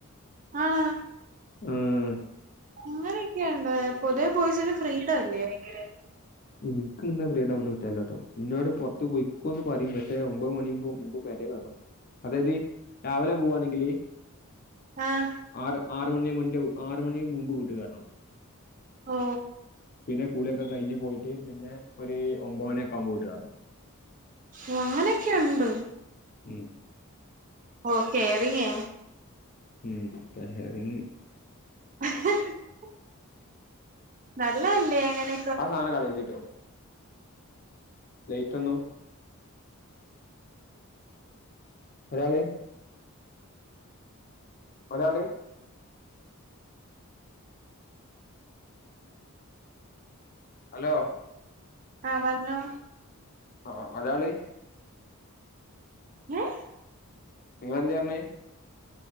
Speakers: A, on the right; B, on the left.
A: ആണോ
B: ആഹ്
A: അങ്ങനൊക്കെയുണ്ടോ പൊതുവെ ബൊയ്സ്ൻ ഫ്രീഡം അല്ലേ ഭയങ്കര
B: എനിക്ക് നിന്ന ഫ്രീഡം ഒന്നും കിട്ടാലോട്ടോ ഇന്നോട് പുറത്ത് പോയിക്കോന്ന് പറയും പക്ഷെ ഒമ്പത് മണിമ് മുമ്പ് പെരെ വരണം അതായത് രാവിലെ പോവാണെങ്കില്
A: ആഹ്
B: ആറ് ആർ മണിന്റെ മുന്റെ ആർ മണിന്റെ മുമ്പ് വീട്ട് കേറണം
A: ഓ
B: പിന്നെ കൂളിയൊക്കെ കഴിഞ്ഞ് പോയിട്ട് പിന്നെ ഒരു ഒമ്പത് മണിയൊക്കെ ആവുമ്പോ വീട്ടിൽ കേരണം
A: ഓ അങ്ങനെയൊക്കെ ഉണ്ടൊ
B: ഉം
A: ഓ കേറിങെ
B: ഉം കേയറിങ്
A: <unintelligible> നല്ലതല്ലെ അങ്ങനെ
B: ആ സാധനം കളയല്ലിട്ടൊ ലേറ്റ് ഒന്നും ഒരാളേ മലയാളി ഹലോ
A: ആഹ് പറഞ്ഞോ
B: ആ മലയാളി
A: ങേ
B: ഇങ്ങെളന്തേ പറഞ്ഞേ